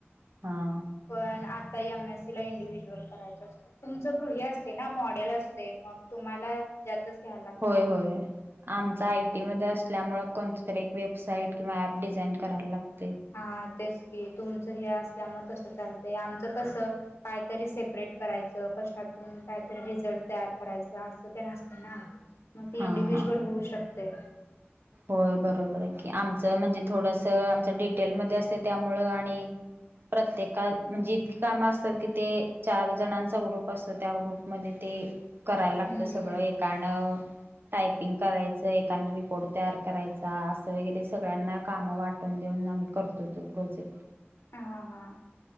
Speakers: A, on the right; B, on the left.
A: हा
B: पण एम एसी ला इंडिव्हिज्युअल करायचंच, असत तुमचं प्रृहि असते ना मॉडेल असतो. मग तुम्हाला त्यातचं घ्यायला लागते.
A: होय
B: ग्रुप
A: होय.
B: मध्ये
A: <unintelligible> आयटी मध्ये असल्यामुळे, कोणत तरी वेबसाईट किंवा ऍप डिझाईन करायला लागतं.
B: हा तेच, की तुमच हे असल्यामुळे तसं चालतं, आमचं कस काय तरी सेपरेट करायचं कशातून काय? तर रिझल्ट तयार करायचा, असं ते असतं ना. मग ती
A: हा
B: इंडिव्हज्युअल
A: हा
B: होत, शकते.
A: होय! बरोबर आहे. की आमचं म्हणजे, थोडस आमच डिटेल मध्ये असतो. त्यामुळ आणि प्रत्येका म्हणजे इतकी काम असतात. कि ते चार जणांचा ग्रुप असतो, त्या ग्रुपमध्ये ते करायला
B: हम्म
A: लागतं, सगळं एकानं टायपिंग करायचं एकानें रिपोर्ट तयार करायचा, असं वगैरे सगळ्यांना कामं वाटून देऊन आम्ही करतो. तो प्रोजेक्ट.
B: ह हा